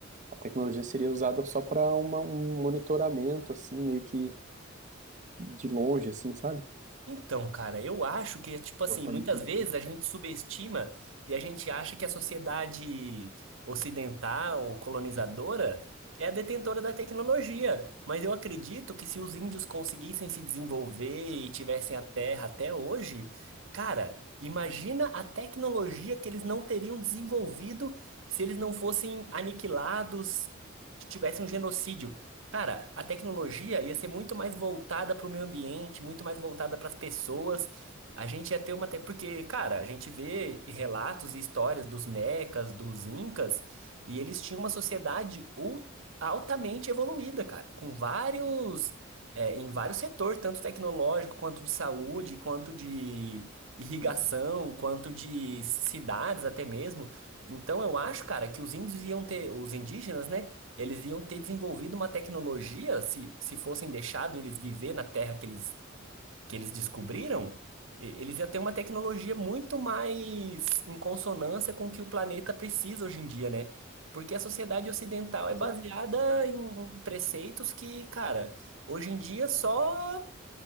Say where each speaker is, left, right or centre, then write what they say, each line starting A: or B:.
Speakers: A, on the right; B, on the right.
A: a tecnologia seria usada só para uma, um monitoramento, assim, meio que de longe, assim, sabe?
B: Então, cara, eu acho que, tipo assim,
A: De uma forma
B: muitas
A: inteligente.
B: vezes a gente subestima e a gente acha que a sociedade ocidental, colonizadora, é a detentora da tecnologia. Mas eu acredito que se os índios conseguissem se desenvolver e tivessem a terra até hoje, cara, imagina a tecnologia que eles não teriam desenvolvido se eles não fossem aniquilados, se tivesse um genocídio. Cara, a tecnologia ia ser muito mais voltada para o meio ambiente, muito mais voltada para as pessoas. A gente ia ter uma. te- Porque, cara, a gente vê relatos e histórias dos mecas, dos incas, e eles tinham uma sociedade ul- altamente evoluída, cara, com vários. é, em vários setores, tanto tecnológico, quanto de saúde, quanto de irrigação,
A: Sim,
B: quanto de cidades até mesmo. Então, eu acho, cara, que os índios iam ter, os indígenas, né? Eles iam ter desenvolvido uma tecnologia, se, se fossem deixado eles viver na Terra que eles, que eles descobriram, e- eles iam ter uma tecnologia muito mais em consonância com o que o planeta precisa hoje em dia, né? Porque a sociedade ocidental é
A: exato,
B: baseada em, em preceitos que, cara, hoje em dia só